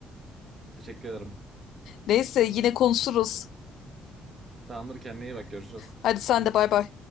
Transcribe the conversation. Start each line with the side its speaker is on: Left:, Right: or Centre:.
Right: Teşekkür ederim.
Left: Neyse yine konuşuruz.
Right: Tamamdır kendine iyi bak görüşürüz.
Left: Hadi sen de bay bay.